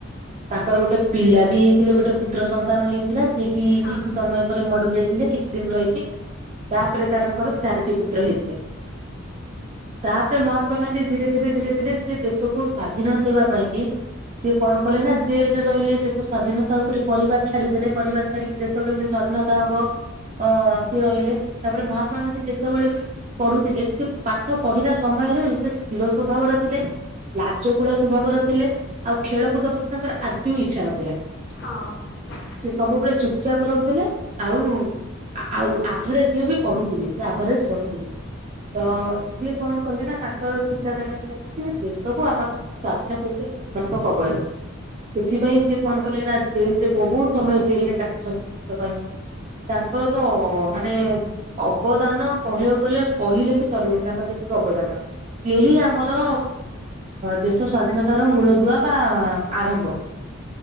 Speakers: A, on the right; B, on the left.
A: ତାଙ୍କର ଗୋଟେ ପିଲା ବି ହେଇଥିଲେ ଗୋଟେ ପୁତ୍ର ସନ୍ତାନ ହେଇଥିଲା ଯେକି। କି
B: ହଁ
A: କିଛି
B: ହଁ
A: ସମୟ ପରେ ମରି ଯାଇଥିଲେ କି। କିଛି ଦିନ ରହିକି। ତାପରେ ତାରଙ୍କର ଚାରୋଟି ପୁତ୍ର ହେଇଥିଲେ। ତାପରେ ମହାତ୍ମା ଗାନ୍ଧୀ ଧୀରେ ଧୀରେ ଧୀରେ ଧୀରେ ସେ ଦେଶକୁ ସ୍ଵାଧୀନ ଦେବା ପାଇଁ କିି। ସେ କଣ କଲେ ନା ଜେଲ ରେ ରହିଲେ ଦେଶ ସ୍ଵାଧୀନତା ଉପରେ ପରିବାର ଛାଡିଦେଲେ ପରିବାର। ସେକି ଦେଶ କେମିତି ସ୍ୱାଧୀନତା ହବ। ଓ ସିଏ ରହିଲେ ତାପରେ ମହାତ୍ମା ଗାନ୍ଧୀ କେତେବେଳେବି। ପଢୁଥିଲେ ସେ ପାଠ ପଢିଲା ସମୟରୁ ହିଁ ସେ ସ୍ଥିର ସ୍ଵଭାଵର ଥିଲେ। ଲାଜ କୂଳ ସ୍ୱଭାବର ଥିଲେ ଆଉ ଖେଳକୁଦ ପ୍ରତି ତାଙ୍କର ଆଦୌ ଇଚ୍ଛା ନଥିଲା।
B: ହଁ।
A: ସେ ସବୁବେଳେ ଚୁପଚାପ ରହୁଥିଲେ ଆଉ। ଆଉ ଆଭରେଜ ରେ ବି ପଢୁଥିଲି ସେ ଆଭରେଜ ପଢୁଥିଲେ। ତ ସିଏ କଣ କଲେ ନା ତାଙ୍କର ଚିନ୍ତାଧାରା ଥିଲା କି ସେ ଦେଶକୁ ଆମର। ସ୍ଵାଧୀନ କରିବେ ଇଙ୍ଗ୍ରଜ ମାନଙ୍କ କବଳରେ। ସେଥିପାଇଁ ସେ କଣ କଲେ ନା ଜେଲରେ ବହୁତ ସମୟ ଜେଲରେ କାଟିଛନ୍ତି ଦେଶ ପାଇଁକି। ତାଙ୍କର ତ ମାନେ। ଅବଦାନ କହିବାକୁ ଗଲେ କହିଲେ ବି ସରିବନି ତାଙ୍କର ଯେତିକି ଅବଦାନ। ସେହି ଆମର। ଦେଶ ସ୍ଵାଧୀନତାର ମୂଳ ଦୁଆ ବା ଆରମ୍ଭ।